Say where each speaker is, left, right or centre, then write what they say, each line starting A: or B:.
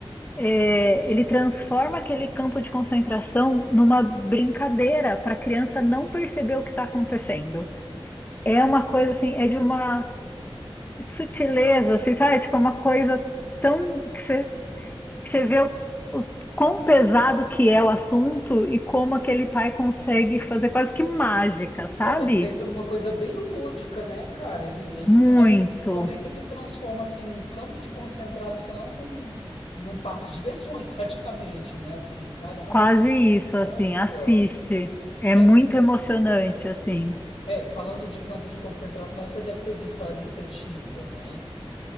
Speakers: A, on the left; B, on the left.
A: é, ele transforma aquele campo de concentração numa brincadeira para a criança não perceber o que está acontecendo. É uma coisa assim, é de uma sutileza, assim, sabe? Tipo, é uma coisa tão que você, que você vê o, o quão pesado que é o assunto e como aquele pai consegue fazer quase que mágica, sabe?
B: É, ele fez uma coisa bem lúdica, né, cara? Ele, ele,
A: Muito,
B: como é que, como é que ele transforma assim um campo de concentração num, num parque de diversões, <laughs> praticamente, né? Assim, caramba,
A: quase
B: assim,
A: isso, assim,
B: nossa.
A: assiste. É
B: É,
A: muito emocionante, assim.
B: É, falando de campo de concentração, você deve ter visto a lista de Schindler, né?